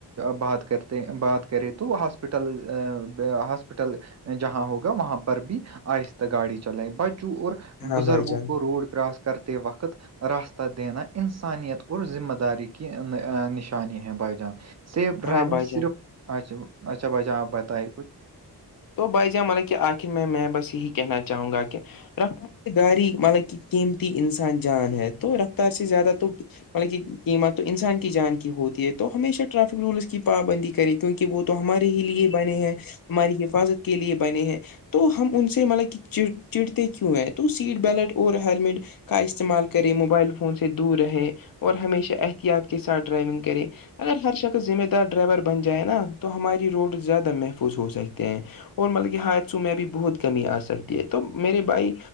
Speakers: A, on the right; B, on the left.
A: بات کرتے بات کرے تو ہاسپٹل ہاسپٹل جہاں ہوگا وہاں پر بھی آہستہ گاڑی چلائے بجو اور
B: ہاں
A: بزرگوں
B: بھائی جان
A: کو روڈ کراس کرتے وقت راستہ دینا انسانیت اور ذمہ داری کی نشانی ہے بھائی جان سیف ڈرائیونگ
B: ہاں بھائی جان
A: صرف اچھا اچھا بھائی جان آپ بتائائی کچھ
B: تو بھائی ج مانب کہ آخر میں میں بس یہی کہنا چاہوں گا کہ رفتار سے گاری مطلب کہ قیمتی انسان جان ہے تو رفتار سے زیادہ تو مطلب کہ قیمت تو انسان کی جان کی ہوتی ہے تو ہمیشہ ٹریفک رولس کی پابندی کرے کیونکہ کہ وہ تو ہمارے ہی لیے بنے ہیں ہماری حفاظت کے لیے بنے ہیں تو ہم ان سے مطلب کہ چڑتے کیوں ہے تو سیٹ بیلٹ اور ہیلمٹ کا استعمال کرے موبائل فون سے دور رہے اور ہمیشہ احتیاط کے ساتھ ڈرائیونگ کرے اگر ہر شخص ذمہ دار ڈرائیور بن جائے نا تو ہماری روڈ زیادہ محفوظ ہو سکتی ہیں اور مطلب کہ حادثوں میں بھی بہت کمی آ سکتی ہے تو میرے بھائی